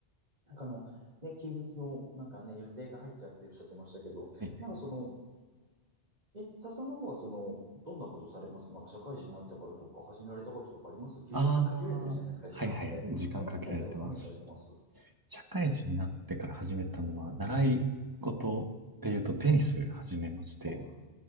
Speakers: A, on the right; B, on the right.
A: なんかあの、ね、休日のなんかね、予定が入っちゃうっておっしゃってましたけど、
B: はい
A: なんかその、え、田さんの方はその、どんなことされますなんか社会人になってからとか始められたこととかあります休日限られてるじゃないですか、
B: ああ、はいはい。
A: 時間って。
B: 時間かけられてます。
A: その中では何されてます
B: 社会人になってから始めたのは、習い事っていうとテニス始めまして、
A: あ、